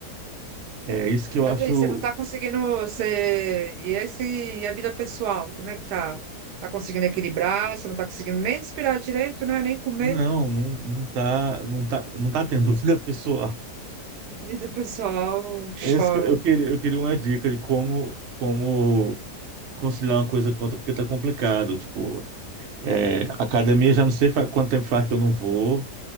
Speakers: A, on the right (about 55°); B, on the right (about 80°).
A: É isso que
B: Mas
A: eu acho
B: aí, você não tá conseguindo, você... E esse, e a vida pessoal, como é que tá? Tá conseguindo equilibrar? Você não tá conseguindo nem respirar direito, né? Nem comer?
A: Não, não, não tá, não tá, não tá tendo <laughs> vida pessoal.
B: <laughs> Vida pessoal, chora.
A: É isso que eu queria, eu queria uma dica de como, como conciliar uma coisa com outra, porque tá complicado. Tipo, é, academia já não sei fa- quanto tempo faz que eu não vou.